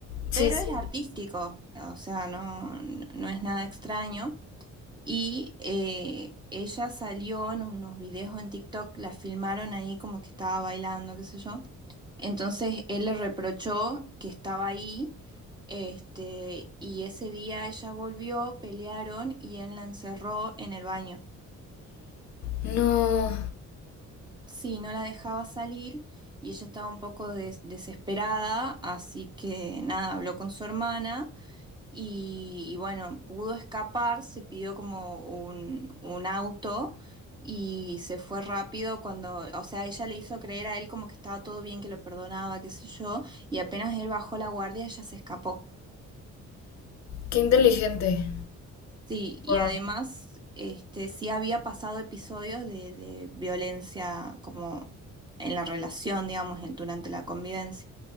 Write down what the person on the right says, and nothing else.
Pero
es artístico, o sea, no, no es nada extraño. Y eh, ella salió en unos videos en TikTok, la filmaron ahí como que estaba bailando, qué sé yo. Entonces él le reprochó que estaba ahí este, y ese día ella volvió, pelearon y él la encerró en el baño.
Sí, no la dejaba salir y ella estaba un poco des- desesperada, así que nada, habló con su hermana y, y bueno, pudo escapar, se pidió como un, un auto y se fue rápido cuando, o sea, ella le hizo creer a él como que estaba todo bien, que lo perdonaba, qué sé yo, y apenas él bajó la guardia, ella se escapó.
Sí, y
además, este, sí había pasado episodios de, de violencia como en la relación, digamos, en- durante la convivencia.